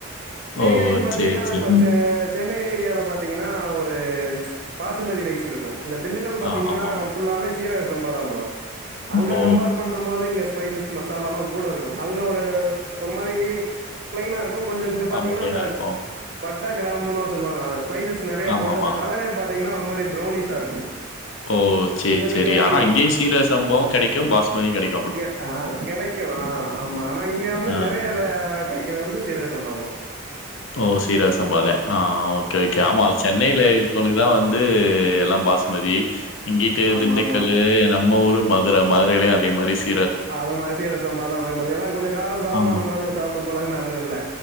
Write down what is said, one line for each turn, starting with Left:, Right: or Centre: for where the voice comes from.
Right: பிரியாணின்
Left: ஓ
Right: பாத்தீங்கனா
Left: சரி சரி.
Right: இப்பச் செ சென்னை ஏரியால பாத் தீங்கனா ஒரு பாசுமதி ரைஸ் இருக்கு இந்த திண்டுக்கல் பாத்தீங்கனா
Left: ஆ ஆமாமா.
Right: ஃபுல்லாவே சீரகச சம்பாதா ப்ரோ அங்க
Left: ஓ
Right: கம்பேர் பண் ணும்போது இங்க ஸ்பைசஸ் மசாலாலா கூட இருக்கு அங்க ஒரு ஒரு மாரி பிளைனா இருக் கு கொஞ்ச இங்க பாத்தீங்கனா
Left: ஆமா ப்ளைனா
Right: அந்த
Left: இருக்கும்.
Right: பட்ட கிராம்புனா சொல்லுவாங்கள அந்த ஸ்பைசஸ் நெறையா
Left: ஆமாமா.
Right: போட்டு அந்த கலரே பாத் தீங்கனா ஒரு மாரி பிரௌனிஷா இருக்கு
Left: ஓ சேர்
Right: இந்த
Left: சேரி
Right: பிரியாணி
Left: ஆனா இங்கயு சீரக சம்பாவு கெடைக்கு பாஸ்மதியு கெடைக்
Right: எ ஆ கெடைக்கு ஆ ஆமா ஆனா இங்க வந்து
Left: ஆ.
Right: நெறைய ர கெடைக்கிறது வந்து சீரகசம்பா ப்ரோ
Left: ஓ சீரகசம்பாதே ஆ ஓகே ஓகே ஆமா சென்னைல இருக்கவ்ங்ளுக் குலா வந்து எல்லா பாஸ்மதி இங்கிட்டு
Right: ஆமா
Left: திண்டுக்கல்லு
Right: ஆமா ஆமா
Left: நம்ம ஊரு மதுர மதுரைலயு அதே மாரிஸ்
Right: ஆ அது மாரி சீரகசம்பாதா வேணும்பாங்க ஏனா கொஞ்ச காரசாரமா
Left: ஆமா.
Right: நம்ம சாப்ட்டு பழகுன ஆளுங்கள்ல